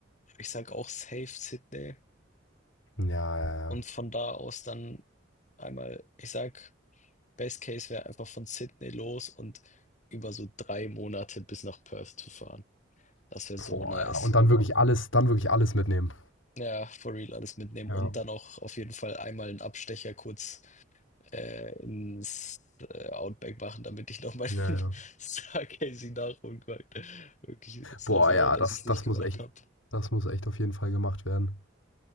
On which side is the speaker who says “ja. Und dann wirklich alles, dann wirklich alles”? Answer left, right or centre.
Left